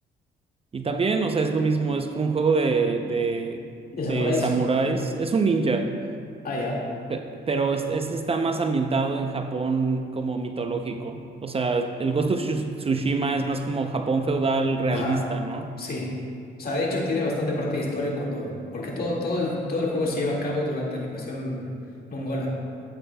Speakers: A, on the right; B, on the left.
A: Y también, o sea, es lo mismo, es como un juego de, de,
B: ¿De samuráis?
A: de samuráis. Es un ninja,
B: Ah, ya.
A: pe- pero este, este está más ambientado en Japón como mitológico. O sea, el Ghost of Tsu- Tsushima es más como Japón feudal realista,
B: Ajá,
A: ¿no?
B: sí. O sea, de hecho tiene bastante parte de historia cuando, porque todo, todo el, todo el juego se lleva a cabo durante la invasión mongola.